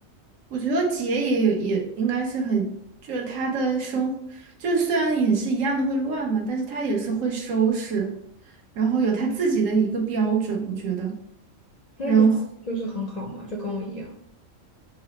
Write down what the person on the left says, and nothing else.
那不是就是很好吗？
就跟我一样。